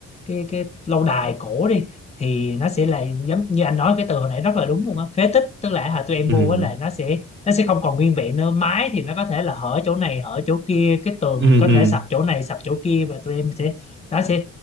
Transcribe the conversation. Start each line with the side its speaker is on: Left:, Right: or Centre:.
Left: cái cái lâu đài cổ đi thì nó sẽ là giống như anh nói cái từ hồi nãy rất là đúng luôn á phế tích tức là hồi tụi em
Right: Ừ
Left: vô á là nó sẽ nó sẽ không còn nguyên vẹn nữa mái thì nó có thể là hở chỗ này hở chỗ kia cái tường
Right: ừ
Left: thì có
Right: ừ
Left: thể sập chỗ này sập chỗ kia và tụi em sẽ nó sẽ